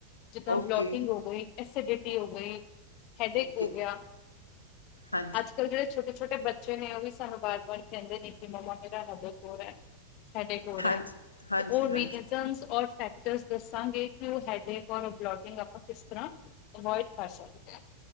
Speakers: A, on the left (about 40°); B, on the left (about 80°).
A: ਜਿੱਦਾਂ
B: ਓਕੇ
A: ਬਲੋਕਿੰਗ ਹੋ ਗਈ, ਐਸੀਡਿਟੀ ਹੋ ਗਈ, ਹੈਡੇਕ
B: ਓਕੇ
A: ਹੋ ਗੇਆ।
B: ਹਾਂਜੀ
A: ਅੱਜ-ਕੱਲ੍ਹ ਜੇੜੇ ਛੋਟੇ-ਛੋਟੇ ਬੱਚੇ ਨੇ, ਓ ਵੀ ਸਾਨੂੰ ਬਾਰ-ਬਾਰ ਕੈਂਦੇ ਨੇ ਕਿ, ਮੰਮਾ ਮੇਰਾ ਹੈਡੇਕ ਹੋ ਰਾ। ਹੈਡੇਕ ਹੋ ਰੈ,
B: ਹਾਂਜੀ ਹਾਂਜੀ
A: ਤੇ ਓ ਰੀਜ਼ਨਸ
B: ਹਾਂਜੀ
A: ਔਰ ਫੇਕ ਜਸ ਦੱਸਾਂਗੇ ਕਿ ਓ ਹੈਡੇਕ ਔਰ ਬਲੋਕਿੰਗ, ਆਪਾਂ ਕਿਸ ਤਰਾਂ ਐਵੋਇਡ ਕਰ ਸਕਦੇ ਆਂ।